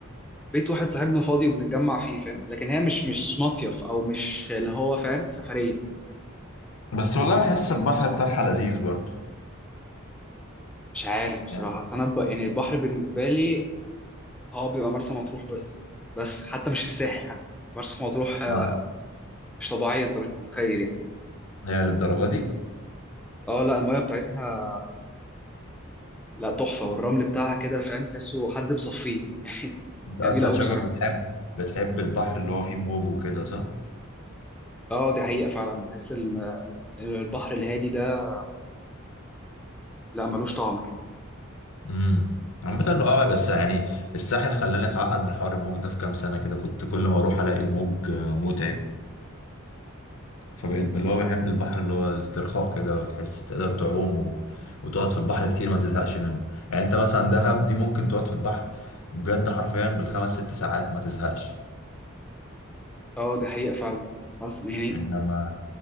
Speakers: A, in the centre; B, on the left (about 75°).
A: بيت واحد صاحبنا فاضي وبنتجمع فيه فاهم لكن هي مش مش مصيف او مش اللي هو فاهم سفريه
B: بس والله بحس البحر بتاعها لذيذ برضه
A: مش عارف بصراحه
B: يعني
A: بس انا ب... يعني البحر بالنسبه لي هو بيبقى مرسى مطروح بس يعني. بس حتى مش الساحل حتى مرسى مطروح آه،
B: اه
A: مش طبيعيه انت مش متخيل يعني
B: هي للدرجة دي
A: اه لا الميه بتاعتها لا تحفه والرمل بتاعها كده فاهم تحسه حد مصفيه <laughs> يعني
B: انت أصلا
A: جميل قوي
B: شكلك
A: بصراحه
B: بتحب بتحب البحر اللي هو فيه موج وكده صح؟
A: اه دي حقيقه فعلا بحس ال- البحر الهادي ده لا ملوش طعم كده
B: امم عامة اه بس يعني الساحل خلاني اتعقد من حوار الموج ده في كام سنة كده كنت كل ما اروح الاقي الموج آه، متعب فبقيت اللي هو بحب البحر اللي هو استرخاء كده وتحس تقدر تعوم و... وتقعد في البحر كتير ما تزهقش منه يعني انت مثلا دهب دي ممكن تقعد في البحر بجد حرفيا بالخمس ست ساعات ما تزهقش
A: اه دي حقيقه فعلا مرس- يعني
B: انما